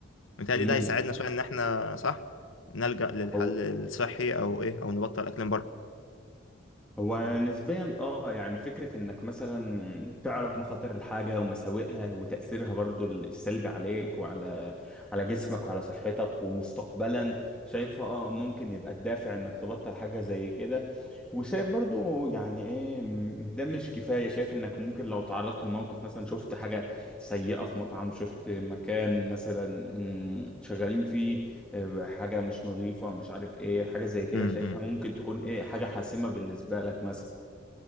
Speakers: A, on the left; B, in the centre.
A: متهيألي
B: امم
A: ده هيساعدنا شوية إن إحنا صح نلجأ للحل
B: هو
A: الصحي أو إيه أو نبطل أكل من بره
B: هو نسبيا اه يعني فكرة انك مثلا تعرف مخاطر الحاجة ومساوئها وتأثيرها برضو السلبي عليك وعلى على جسمك وعلى صحتك ومستقبلا شايفها اه ممكن يبقى الدافع انك تبطل حاجة زي كده وشايف برضو يعني ايه م- ده مش كفاية شايف انك ممكن لو تعرضت لموقف مثلا شفت حاجة سيئة في مطعم شفت مكان مثلا م، شغالين فيه آه، حاجة مش نظيفة مش عارف ايه حاجة زي كده
A: م- م.
B: شايفها ممكن تكون ايه حاجة حاسمة بالنسبة لك مثلا